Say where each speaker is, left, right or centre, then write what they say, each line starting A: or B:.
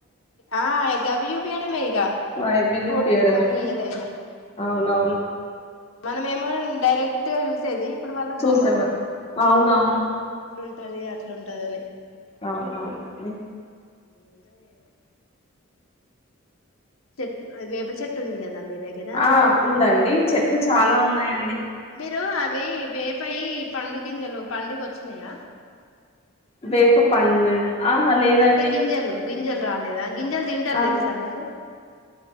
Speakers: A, on the left; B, on the left.
A: ఆ ఇగ గవ్వి చూపియ్యడమే ఇగా
B: అవి చూపియడమే
A: ఫోటోస్ కానీ ఏదైనా
B: అవునవును
A: మ్ మనం ఏమో డైరెక్ట్ గా చూసేది ఇప్పుడు వాళ్ళకు
B: చూసేవాళ్ళు
A: బొమ్మలు
B: అవునవును
A: ఇట్లాంటది అట్లుంటది అని
B: అవునవునండి
A: ఏందో ఏమొ చెట్ వేప చెట్టు ఉంది కదా మీ దగ్గర
B: ఆ ఉందండి చెట్లు చాలా ఉన్నాయండి
A: మీరు అవి వెపయి పండు గింజలు పండుకోచ్చినయా
B: వేప పండు ఆహా లేదండి.
A: అంటే గింజలు గింజలు రాలేదా గింజలు తింటారు
B: ఆహా
A: తెలుసా మీకు